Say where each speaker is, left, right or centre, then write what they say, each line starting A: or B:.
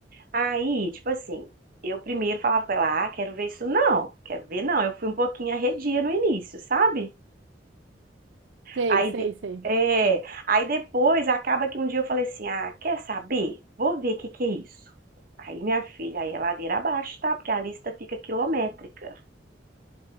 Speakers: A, on the right; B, on the right.
A: Aí, tipo assim, eu primeiro falava com ela, ah, quero ver isso não, quero ver não. Eu fui um pouquinho arredia no início, sabe?
B: Sei,
A: Aí,
B: sei,
A: de-
B: sei.
A: é, aí depois acaba que um dia eu falei assim: ah, quer saber? Vou ver o que que é isso. Aí, minha filha, aí é ladeira abaixo, tá? Porque a lista fica quilométrica.